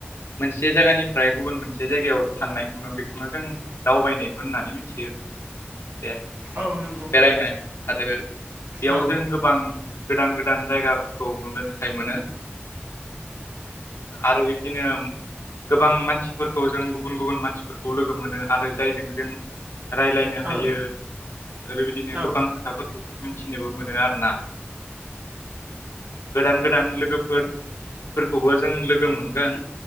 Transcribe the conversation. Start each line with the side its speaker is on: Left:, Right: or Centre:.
Left: मोनसे जायगानिफ्राय गुबुन मोनसे जायगायाव थांनायखौनो बेखौनो जों दावबायनायखौ होननानै मिथियो दे
Right: औ नंगौ
Left: बेरायनाय
Right: औ
Left: आरो बेयाव
Right: औ
Left: जों गोबां गोदान-गोदान जायगाफोरखौ नुनो थाखाय मोनो आरो बेदिनो गोबां मानसिफोरखौ जों गुबुन-गुबुन मानसिफोरखौ लोगो मोनो आरो जायजों जों रायज्लायनो हायो
Right: औ
Left: आरो बेबायदिनो
Right: औ उम
Left: गोबां खोथाफोरखौ जों मिथियो मिथिनोबो मोनो आरोना गोदान-गोदान लोगोफोर-फोरखौबो जों लोगो मोनगोन